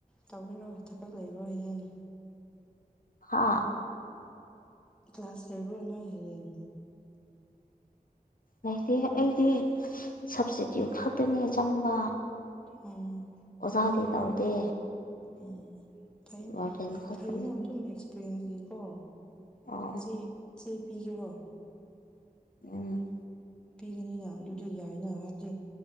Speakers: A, in the centre; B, on the left (about 70°).
A: ꯇꯧꯕꯤꯔꯣ ꯊꯕꯛ ꯂꯩꯕ꯭ꯔꯣ ꯍꯌꯦꯡ
B: ꯍꯥꯥ
A: ꯀ꯭ꯂꯥꯁ ꯂꯩꯕ꯭ꯔ ꯅꯣꯏ ꯍꯌꯦꯡ
B: ꯂꯩꯇꯦ ꯑꯩꯗꯤ ꯁꯞꯇꯤꯇ꯭ꯌꯨꯠ ꯈꯛꯇꯅꯦ ꯆꯪꯕ
A: ꯎꯝ
B: ꯑꯣꯖꯥꯗꯤ ꯇꯧꯗꯦ
A: ꯎꯝ ꯐꯩ
B: ꯋꯥꯔꯗꯦꯟ ꯈꯛꯇꯅꯤ
A: ꯐꯩꯅ ꯑꯗꯨꯝ ꯑꯦꯛꯁꯄꯤꯔꯤꯌꯦꯟꯁꯒꯤꯀꯣ
B: ꯑꯣ
A: ꯁꯤ ꯆꯦ ꯄꯤꯒꯦꯔꯣ
B: ꯎꯝ
A: ꯄꯤꯔꯅꯤꯅ ꯑꯗꯨꯗꯤ ꯌꯥꯏꯅ ꯍꯥꯏꯕꯗꯤ